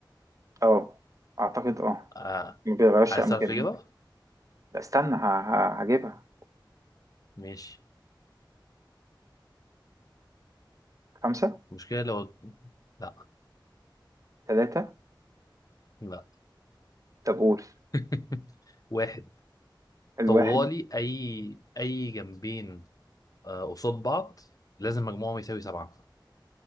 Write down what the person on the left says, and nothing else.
آه.
عايز
تعرف الإجابة؟
ماشي
المشكلة لو لا
لا
<laughs> واحد
طوالي أي أي جنبين آه، قصاد بعض لازم مجموعهم يساوي سبعة